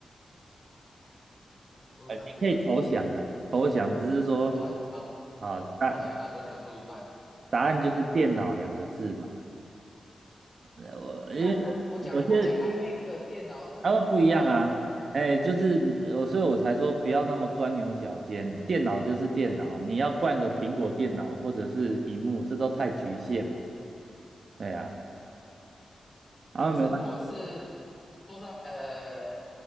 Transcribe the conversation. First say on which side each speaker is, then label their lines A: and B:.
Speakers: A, on the left (about 35°); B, on the right (about 60°).
A: 桌上这个，
B: 你可以投降啦，投降只是说
A: 我多想，哦，
B: 啊，
A: 我多想哈，
B: 答
A: 多想输一半
B: 答案就是电脑两个字嘛。
A: 是什么？
B: 呃我因为有有些
A: 那那我讲我讲 iMac 的电脑那个不是一样吗？
B: 他们不一样啊，哎，就是我，所以我才说不要那么钻牛角尖。电脑就是电脑，你要灌个苹果电脑或者是荧幕，这都太局限嘛。对啊，然后没关系，
A: 可是如果是桌上，呃，